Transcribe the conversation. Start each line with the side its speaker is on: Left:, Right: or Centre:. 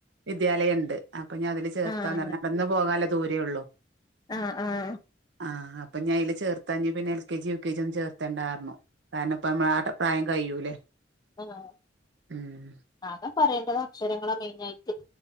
Right: വിദ്യാലയ ഒണ്ട് അപ്പൊ ഞാൻ അതില് ചേർത്താന്നറഞ്ഞ്
Left: ആഹ്
Right: നടന്നു പോകാലോ ദൂരെ ഉള്ളൂ.
Left: ആഹ് -ആഹ്
Right: ആഹ് അപ്പ ഞായില് ചേർത്താഞ്ഞ് പിന്നെ L K G U K G ഒന്നും ചേർത്തണ്ടാർന്നു കാരണം ഇപ്പ നമ്മളെ ആടം പ്രായം കഴിയൂലേ!
Left: ആ
Right: ഉം
Left: ആക പറയേണ്ടത് അക്ഷരങ്ങളാ മെയിനായിട്ട്.